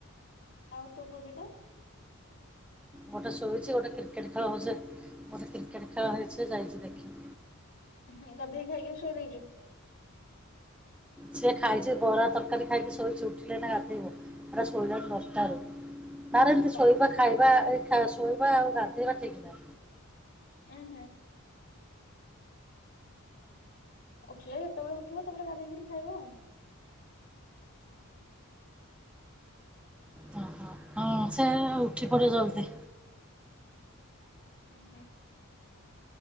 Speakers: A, on the left; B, in the centre.
A: ଆଉ ତୋ ବୋଦିଟା
B: ଗୋଟେ ଶୋଇଛି ଗୋଟେ କ୍ରିକେଟ ଖେଳ ହଉଛେ ଗୋଟେ କ୍ରିକେଟ ଖେଳ ହେଇଛି ଯାଇଛି ଦେଖି
A: ହୁଁ ଗାଧେଇକି ଖାଇକି ଶୋଇ ଦେଇଛୁ।
B: ସିଏ ଖାଇଛି ବରା ତରକାରୀ ଖାଇକି ସୋଇଛି ଉଠିଲେ ନା ହାତେଇବ। ଆରେ ଶୋଇଲି ଦଶଟା ରେ। ନାର ଏମିତି ଶୋଇବା
A: ଓହୋ।
B: ଖାଇବା ଏ ଶୋଇବା ଆଉ ଗାଧେଇବା ଠିକ ନାହିଁ।
A: ଉଁ ହୁଁ ଉଠିଲେ ଯେତେବେଳେ ଉଠିବ ତ ସେେବେଳେ ଗାଧେଇକରି ଖାଇବ ଆଉ।
B: ଓହୋ ହଁ ସେ ଉଠି ପଡିବ ଜଲ୍ଦି।
A: ହୁଁ ହୁଁ